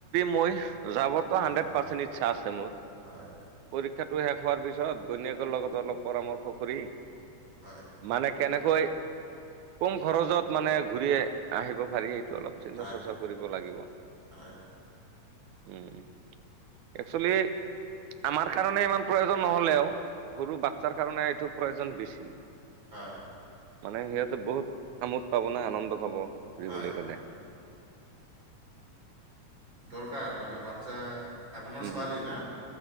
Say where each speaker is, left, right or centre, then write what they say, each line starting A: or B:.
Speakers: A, on the right; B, on the right.
A: মই <unintelligible> যাবৰ
B: হয়
A: ত' হাণ্ডেদ
B: হয়
A: পাৰ্চেন ইচ্ছা আছে মোৰ।
B: হয়
A: পৰীক্ষাটো শেষ হোৱাৰ পিছত ঘৈনিয়েকৰ ণলগত অলপ পৰামৰ্শ কৰি
B: হয়।
A: মানে কেনেকৈ কম খৰচত মানে ঘূৰি আহিব পাৰি এইটো অলপ চিন্তা
B: হয়
A: চৰ্চা কৰিব লাগিব।
B: হয়
A: উম। একচেলি, আমাৰ কাৰণে ইমান প্ৰয়োজন নহলেও সৰু বাচ্ছাৰ কাৰণে এইটো প্ৰয়োজন বেছি।
B: হয়।
A: মানে সিহঁতে বহুত আমোদ পাব ন', আনন্দ পাব ফুৰিবলৈ
B: হয়
A: গ'লে।
B: দৰকাৰ মানে বাচ্ছা আপোনাৰ
A: উম,
B: ছোৱালী না।